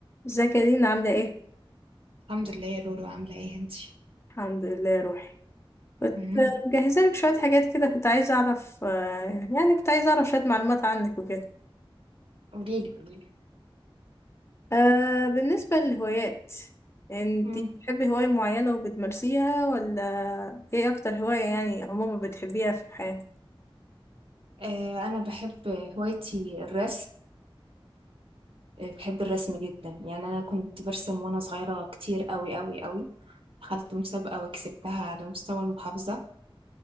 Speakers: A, on the left (about 30°); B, on the right (about 70°).
A: ازيك يا دينا عاملة ايه؟
B: الحمد لله يا لولو عاملة ايه انتي؟
A: الحمد لله روحي كنت
B: مم.
A: مجهزة لك شوية حاجات كده كنت عايزة أعرف آه، يعني كنت عايزة أعرف شوية معلومات عنك وكده
B: قوليلي قوليلي
A: آه بالنسبة للهوايات انتي
B: مم.
A: بتحبي هواية معينة وبتمارسيها ولا ايه أكتر هواية يعني عموما بتحبيها في الحياة؟
B: آه أنا بحب هوايتي الرسم آه بحب الرسم جدا يعني أنا كنت برسم وأنا صغيرة كتير قوي قوي قوي دخلت مسابقة وكسبتها على مستوى المحافظة